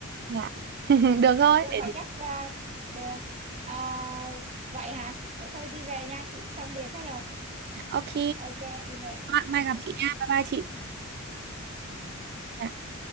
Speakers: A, on the right; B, on the right.
A: dạ <laughs> được thôi
B: nhưng
A: để
B: mà chắc à, được À, vậy hả vậy thôi đi về nha chị xong việc hết rồi
A: ok
B: ok đi về
A: mai, mai
B: ừ.
A: gặp chị nha bye bye chị
B: ừ.
A: Dạ.